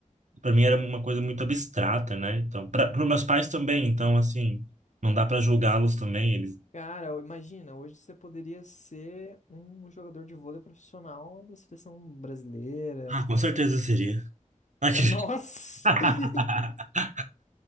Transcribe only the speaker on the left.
Cara, imagina, hoje você poderia ser um jogador de vôlei profissional da seleção brasileira.
Nossa!
<laughs>